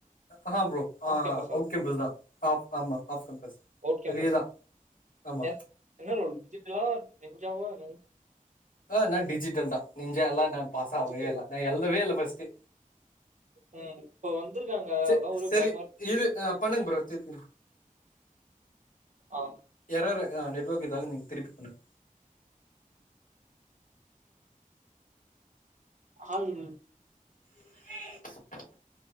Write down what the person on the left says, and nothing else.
ஆஹா ப்ரோ ஆ
அவுட் கேம்பஸ் தா ஆஃப் ஆமா ஆஃப் கேம்பஸ்
வெளியதா ஆமா
ஆ நா டிஜிட்டல் தா நின்ஜாலா நா பாஸ்
ஆகவே இல்ல நா எழுதவே இல்ல ஃபஸ்ட்டு
சே
செரி
இது ஆ பண்ணுங்க ப்ரோ திருப்பி
எரர் ஆ நெட்வொர்க் இதாகு நீங்க திருப்பி பண்ணுங்க
<inaudible>